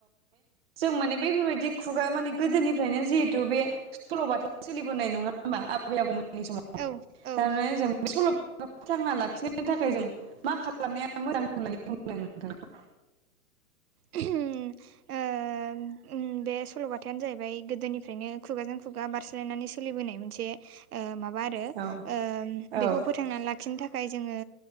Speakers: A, on the right; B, on the right.
A: जों माने बैफोरबायदि खुगा माने गोदोनिफ्रायनो जिहेथु बे सल'बाथाया सोलिबोनाय नङा होनोमबा आबै आबौमोननि समाव।
B: औ औ
A: थारमाने जों
B: औ
A: बे सल' बाथाफोरखौ फोथांना लाखिनो थाखाय जों मा खालामनाया मोजां होननानै बुंदों नोंथाङा
B: ओ ओम ओम बे सलबाथायानो जाहैबाय गोदोनिफ्रायनो खुगाजों खुगा बारस्लायनानै सोलिबोनाय मोनसे ओ माबा आरो
A: औ
B: ओम
A: औ
B: बेखौ फोथांनानै लाखिनो थाखाय जोङो